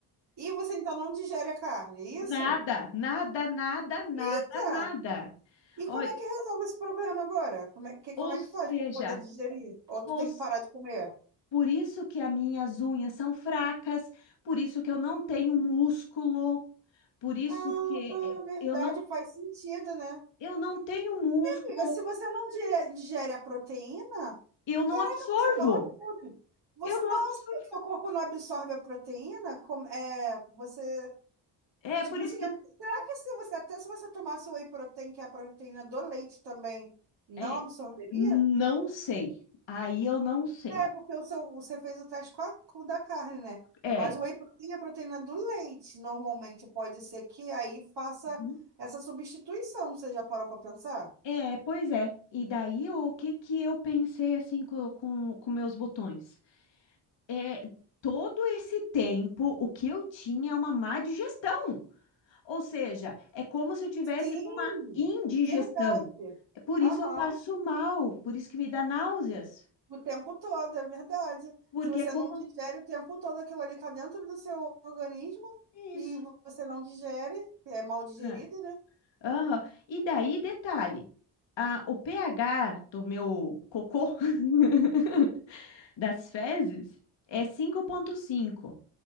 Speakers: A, on the right (about 60°); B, on the left (about 75°).
A: E você então não digere a carne, é
B: Nada,
A: isso?
B: nada, nada, nada,
A: Eita!
B: nada.
A: E como
B: Ou,
A: é que resolve esse problema agora? Como é que, como
B: ou
A: é
B: seja,
A: que faz para poder digerir? Ou tu
B: ou
A: tem que parar de comer?
B: Por isso que as minhas unhas são fracas, por isso que eu não tenho músculo, por isso
A: Ah,
B: que eh,
A: verdade,
B: eu não,
A: faz sentido, né?
B: eu não tenho músculo,
A: Amiga, se você não dire- digere a proteína,
B: eu não
A: caraca,
B: absorvo,
A: você falou tudo. Você,
B: eu não
A: não,
B: absorvo.
A: se o seu corpo não absorve a proteína, como, é, você,
B: É
A: tipo
B: por
A: assim,
B: isso que
A: é-
B: eu
A: será que se você, até se você tomasse whey protein, que é a proteína do leite também, não
B: é,
A: absorveria?
B: não sei. Aí eu não sei.
A: É, porque o seu, você fez o teste com, a, com o da carne, né?
B: É,
A: Mas o whey protein é a proteína do leite, normalmente. Pode ser que aí faça
B: Uhum.
A: essa substituição, você já parou para pensar?
B: é, pois é. E daí o que que eu pensei assim co- com, com meus botões? É, todo esse tempo o que eu tinha é uma má digestão. Ou seja, é como se eu tivesse
A: Sim,
B: com uma indigestão.
A: verdade.
B: É Por
A: Aham,
B: isso eu passo mal, por isso que me dá náuseas,
A: o tempo todo, é verdade.
B: porque
A: Se você
B: é como
A: não digere o tempo todo aquilo ali está dentro do seu organismo
B: isso.
A: e você não digere, é mal digerido,
B: É.
A: né?
B: Aham. E daí, detalhe, a, o pH do meu cocô, <laughs> das fezes, é 5,5,